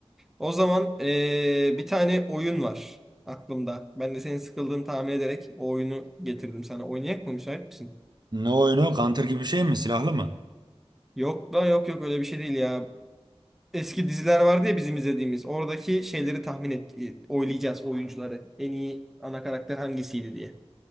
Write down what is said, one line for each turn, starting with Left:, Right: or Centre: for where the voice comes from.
Centre: O zaman eee, bir tane oyun var aklımda. Ben de senin sıkıldığını tahmin ederek o oyunu getirdim sana. Oynayak mı? Müsait misin?
Right: Ne oyunu? Counter gibi bir şey mi? Silahlı mı?
Centre: Yok lan yok yok öyle bir şey değil ya. Eski diziler vardı ya bizim izlediğimiz. Oradaki şeyleri tahmin et, oylayacağız oyuncuları. En iyi ana karakter hangisiydi diye.